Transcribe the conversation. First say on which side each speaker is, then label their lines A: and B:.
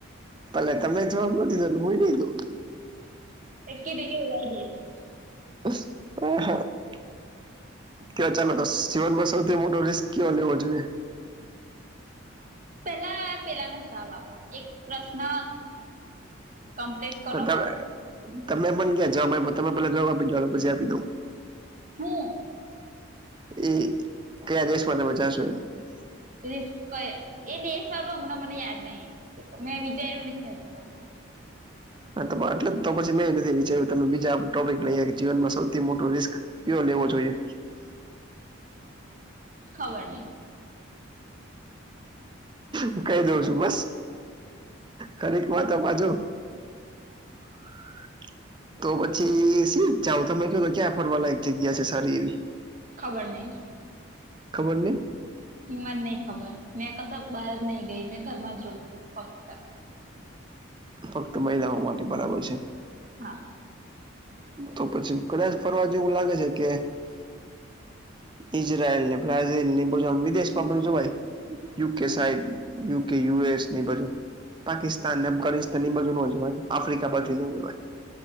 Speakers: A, on the right; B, on the right.
A: ભલે તમે જવાબ ન દીધો હોય ને.
B: એકી દીરી ઓડાઈ દેઈ
A: ઓહા અહહ <unintelligible> ક્યાં ચાલો દસ તો જીવનમાં સૌથી મોટો રિસ્ક કયો લેવો જોઈએ?
B: પેલા પેલાનો જવાબ આપો એક પ્રશ્ન કમ્પ્લીટ કરો
A: બતાવે
B: પછી
A: તમે મન ક્યાં જવાબ આપ્યો તમે પેલા જવાબ આપી દો પછી આપી દઉં.
B: હુ?
A: એ કયા દેશમાં તમે જાશો એમ? <unintelligible>
B: એ દેશ ક એ દેશ કયો હમણાં મને યાદ નહી મેં વિચાર્યું નહી હજુ કશું. <unintelligible>
A: હા તો બ એટલે તો પછી મેં નથી વિચાર્યું તમે બીજા આપ ટોપિક લઈયે કે જીવનમાં સૌથી મોટું રિસ્ક કેવો લેવો જોઈએ?
B: ખબર નહી.
A: હું કહી દઉં છું બસ, ખરીક વાતોમા તો જો <inaudible> <unintelligible> તો પછી શીત જાવ તમે કયો તો ક્યાં ફરવાલાયક જગ્યા છે સારી એવી
B: ખબર નહી.
A: ખબર નહીં?
B: એ મને નહી ખબર મેં ફક્ત બહાર જ નહી ગઈ મે ઘરમાં જ રવ છું ફક્ત
A: ફક્ત મહિલાઓ માટે બરાબર છે.
B: હા.
A: તો પછી કદાચ ફરવા જેવું લાગે છે કે, ઈઝરાયલને, બ્રાઝીલને એ બાજુ વિદેશમાં <unintelligible> જવાય. U K side U K U એસની એ બાજુ, પાકિસ્તાન, અફઘાનિસ્તાન એ બાજુ નો જવાય આફ્રિકા બાજુય નો જવાય.